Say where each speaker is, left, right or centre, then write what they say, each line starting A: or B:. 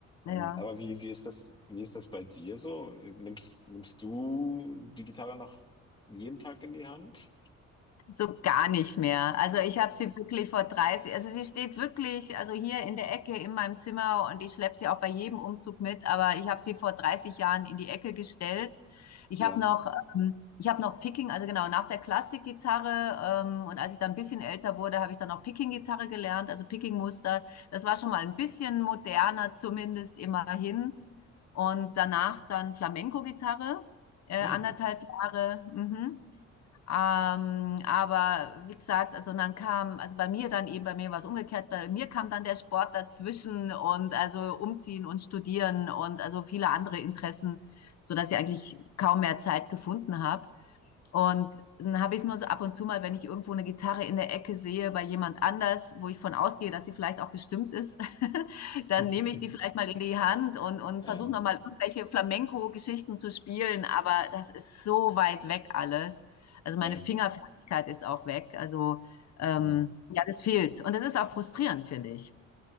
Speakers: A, on the left; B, on the left.
A: Ähm,
B: Ja.
A: aber wie, wie ist das, wie ist das bei dir so? Nimmst, nimmst du die Gitarre noch jeden Tag in die Hand?
B: So gar nicht mehr. Also
A: Ja.
B: ich habe sie wirklich vor 30, also sie steht wirklich, also hier in der Ecke in meinem Zimmer und ich schleppe sie auch bei jedem Umzug mit, aber ich habe sie vor 30 Jahren in die Ecke gestellt. Ich
A: Ja.
B: habe noch, ähm, ich habe noch Picking, also genau, nach der Klassikgitarre ähm, und als ich dann ein bisschen älter wurde, habe ich dann auch Picking-Gitarre gelernt, also Picking-Muster. Das war schon mal ein bisschen moderner zumindest immerhin. Und danach dann Flamenco-Gitarre, äh,
A: Hm.
B: anderthalb Jahre. Mhm. Ähm, aber wie gesagt, also dann kam, also bei mir dann eben, bei mir war es umgekehrt, bei mir kam dann der Sport dazwischen und also umziehen und studieren und also viele andere Interessen, so dass ich eigentlich kaum mehr Zeit gefunden habe. Und dann habe ich es nur so ab und zu mal, wenn ich irgendwo eine Gitarre in der Ecke sehe bei jemand anders, wo ich von ausgehe, dass sie vielleicht auch gestimmt ist, <laughs> dann
A: <laughs>
B: nehme ich die vielleicht mal in die Hand und, und
A: Ja,
B: versuche nochmal irgendwelche Flamenco-Geschichten zu spielen. Aber das ist so weit weg alles. Also
A: ja.
B: meine Fingerfertigkeit ist auch weg. Also ähm,
A: Hm.
B: ja, das fehlt. Und das ist auch frustrierend, finde ich.